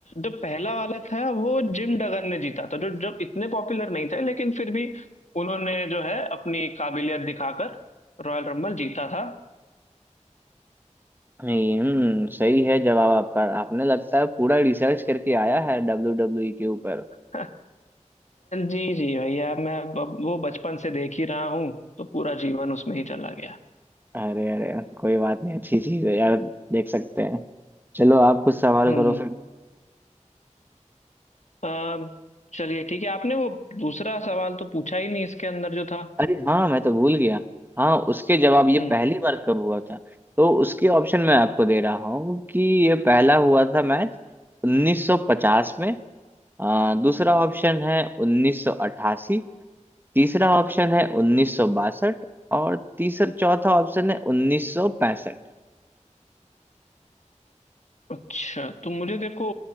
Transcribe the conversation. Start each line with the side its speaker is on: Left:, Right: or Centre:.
Left: जो पहला वाला था वो जिम डगन ने जीता था जो जब इतने पॉपुलर नहीं थे लेकिन फिर भी उन्होंने जो है अपनी काबिलियत दिखाकर रॉयल रंबल जीता था
Right: नहीं हम्म सही है जवाब आपका आपने लगता है पूरा रिसर्च करके आया है डब्ल्यू डब्ल्यू ई के ऊपर
Left: <laughs> जी जी भैया मैं ब- वो बचपन से देख ही रहा हूँ तो पूरा जीवन उसमें ही चला गया
Right: अरे अरे कोई बात नहीं अच्छी चीज है यार देख सकते हैं चलो आप कुछ सवाल
Left: हम्म
Right: करो फिर
Left: अ, चलिए ठीक है आपने वो दूसरा सवाल तो पूछा ही नहीं इसके अंदर जो था
Right: अरे हाँ मैं तो भूल गया हाँ उसके जवाब ये
Left: हम्म
Right: पहली बार कब हुआ था तो उसके ऑप्शन मैं आपको दे रहा हूँ कि ये पहला हुआ था मैच 1950 में आ, दूसरा ऑप्शन है 1988 तीसरा ऑप्शन है 1962 और तीसरा चौथा ऑप्शन है 1965
Left: अच्छा तो मुझे देखो